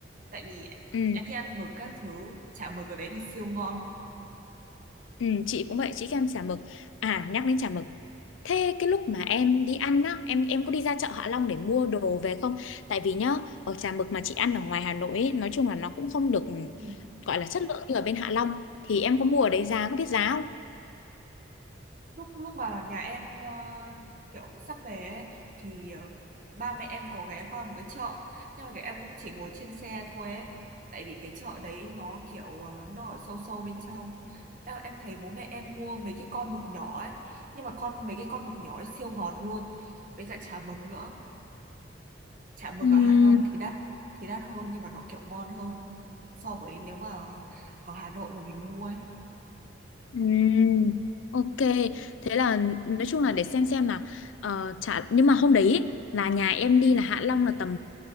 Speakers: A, on the right; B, on the left.
A: tại vì
B: ừ
A: em đi ăn mực các thứ chả mực ở đấy thì siêu ngon
B: Ừ, chị cũng vậy chị thích ăn chả mực à nhắc đến chả mực thế cái lúc mà em đi ăn á em em có đi ra chợ Hạ Long để mua đồ về không tại vì nhá ở chả mực mà chị ăn ở ngoài Hà Nội ấy, nói chung là nó cũng không được
A: ừ.
B: gọi là chất lượng như ở bên Hạ Long thì em có mua ở đấy giá có biết giá
A: lúc lúc mà nhà em ờ, kiểu sắp về ấy, thì ờ, ba mẹ em có ghé qua một cái chợ nhưng mà cái em cũng chỉ ngồi trên xe thôi ấy tại vì cái chợ đấy nó kiểu ờ, nó ở sâu sâu bên trong em, em thấy bố mẹ em mua mấy cái con mực nhỏ ấy nhưng mà con mấy cái con mực nhỏ ấy siêu ngọt luôn với cả chả mực nữa chả mực
B: không
A: ở Hạ Long thì đắt thì đắt hơn nhưng mà nó kiểu ngon hơn so với nếu mà ở Hà Nội mà mình mua ấy
B: Ừm, ok thế là nói chung là để xem xem là ờ, chả nhưng mà hôm đấy ý, là nhà em đi là Hạ Long là tầm